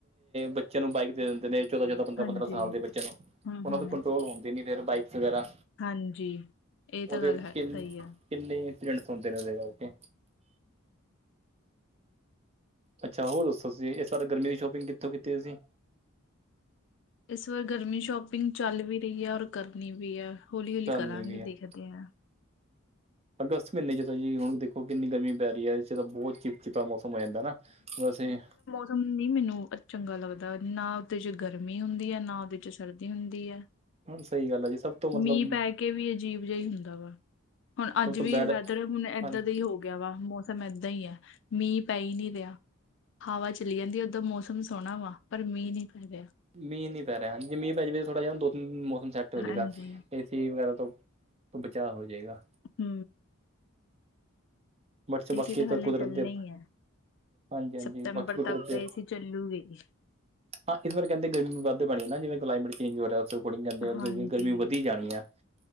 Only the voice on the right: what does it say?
ਬੱਚਿਆਂ ਨੂੰ, ਬਾਈਕ ਦੇ ਦਿੰਦੇ ਨੇ ਚੌਦਾਂ, ਚੌਦਾਂ, ਪੰਦਰਾਂ,
ਪੰਦਰਾਂ ਸਾਲ ਦੇ ਬੱਚੇ ਨੂੰ
ਉਹਨਾਂ
ਤੋਂ ਕੰਟਰੋਲ ਹੁੰਦੇ ਨੀ, ਫਿਰ ਬਾਈਕਸ ਵਗੈਰਾ
ਉਹਦੇ
ਕਿੰਨ
ਕਿੰਨੇ, ਇੰਸੀਡੈਂਟਸ ਹੁੰਦੇ ਨੇ ਉਹਦੇ ਕਰਕੇ? ਅੱਛਾ, ਹੋਰ ਦੱਸੋ ਤੁਸੀ? ਇਸ ਵਾਰੀ ਗਰਮੀ ਦੀ ਸ਼ੋਪਿੰਗ ਕਿੱਥੋਂ ਕੀਤੀ ਤੁਸੀਂ?
ਕਰਨੀ
ਵੀ
ਹੈ
ਅਗਸਤ ਮਹੀਨੇ ਚ, ਤਾਂ ਜੀ ਹੁਣ ਦੇਖੋ ਕਿੰਨੀ ਗਰਮੀ ਪੈ ਰਹੀ ਹੈ, ਇਹ ਤਾਂ ਬਹੁਤ ਚ ਜਿਤਾ ਮੌਸਮ, ਹੋ ਜਾਂਦਾ ਨਾ ਵੈਸੇ
ਸਹੀ ਗੱਲ ਹੈ ਜੀ ਸਭ ਤੋਂ
ਮਤਲਬ
ਸਭ
ਤੋਂ
ਬੈਡ
ਹਾਂਜੀ
ਮੀਂਹ ਨਹੀਂ ਪੈ ਰਿਹਾ, ਜੇ ਮੀਂਹ ਪੈ ਜਾਵੇ ਥੋੜਾ ਜਿਹਾ ਦੋ ਤਿੰਨ, ਮੌਸਮ ਸੈੱਟ ਹੋ ਜਾਏਗਾ।
ਟੀ ਵਗੈਰਾ, ਤੋਂ ਬਚਾਅ ਹੋ ਜੇਗਾ।
ਬਟ
ਬਾਕੀ
ਕੁਦਰਤ
ਦੇ
ਹਾਂਜੀ ਹਾਂਜੀ
ਬਾਕੀ ਕੁਦਰਤ
ਦੇ
ਹਾਂ, ਇਸ ਬਾਰੇ ਕਹਿੰਦੇ ਗਰਮੀ ਵੱਧ ਪੈਣੀ ਆ, ਜਿਵੇਂ ਕਲਾਈਮੇਟ ਚੇਜ ਹੋ ਰਿਹਾ, ਉਸ ਅਕੋਡਿੰਗ ਕਹਿੰਦੇ, ਅੱਗੇ
ਗਰਮੀ ਵਧੀ ਜਾਣੀ, ਆ